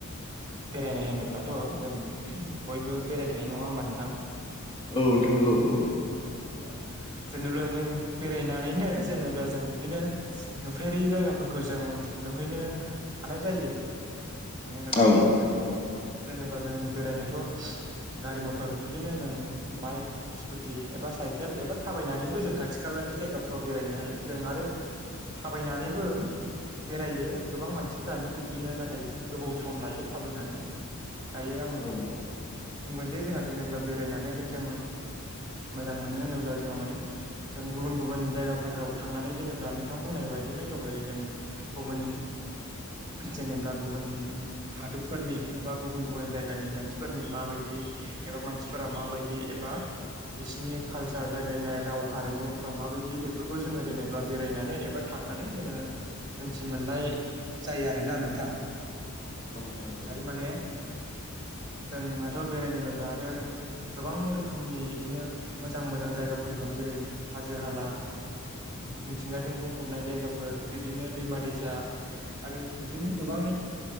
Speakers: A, on the right; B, on the left.
A: बेरायनाय होनोब्लाथ' जों बयबो बेरायखायो नङा होमबा नोंथां?
B: औ थांगौ औ
A: औ जेनेबा जों बेरायनानैनो जेनेब्ला जों बिदिनो नुफेरि जागोन। फोरखौ जों नुहैनो हानाय जायो मानो होनोब्ला
B: औ
A: जोंथ' जेनेबा जों बेरायनोथ' गारि मथर बिब्दिनो जों बाइक स्कुटि एबा साइकेल एबा थाबायनानैबो जों खाथि खालानि जायगाफ्राव बेरायनो हायो जों आरो थाबायनानै बो बेरायो गोबां मानसिफ्रानो बिब्दिनो नाथाय गोबाव सम लायो थाबायनानै दायो आं
B: नोंथां औ
A: बुंगोन जे जोंहा जेनेबा बेरायनानै जों मोजां मोनो होनोब्ला जोहा माने जों गुबुन गुबुन जायगाफोराव थांनानै जेनेबा नोंथां बुंनाय बायदि दिनो दहाय जों गुबुन जेनेबब्ला गुबुन हादरफोरनि एबा गुबुन गुबुन जायगानि मानसिफोरनि माबायदि एबा मानसिफोरा माबायदि एबा बिसिनि कालसार रायलायनाय राव हारिमुफोरा माबायदि बेफोरखौ जोङो जेनेबा बेरायनानै एबा थांनानै नानै जोङो मिथि मोननाय जायो आरोना नोंथां।
B: नोंथां औ
A: दायो माने जोंहाथ' बेरायनो मोनब्ला आरो गोबां रोखोमनि बिदिनो मोजां मोजां जायगाफोर दं जेरै हाजो हाला मिथिंगाजों बुंफबनाय जायगाफोर बिब्दिनो दैमा दैसा आरो बिबदिनो गोबां